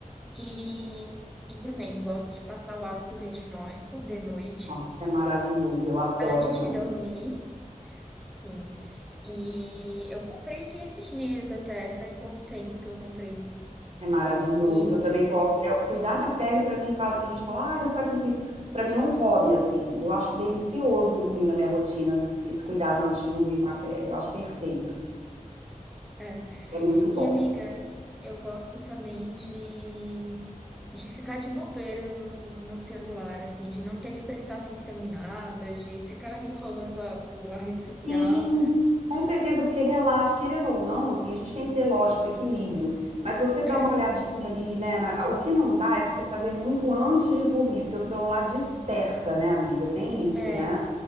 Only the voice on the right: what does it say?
Nossa, é maravilhoso. Eu adoro
também.
É maravilhoso.
Eu também gosto. É, cuidar da pele, pra mim, fala, tem gente que fala, ah, é um sacrifício. Pra mim é um hobby, assim. Eu acho delicioso incluir na minha rotina esse cuidado antes de dormir com a pele. Eu acho perfeito.
É muito bom.
Sim,
Com certeza, porque relaxa, querendo ou não, assim, a gente tem que ter, lógico, equilíbrio. Mas você dá
uma olhadinha ali, né? na- o que não dá é pra você fazer muito antes de dormir, porque o celular desperta, né, amiga? Tem isso,
né?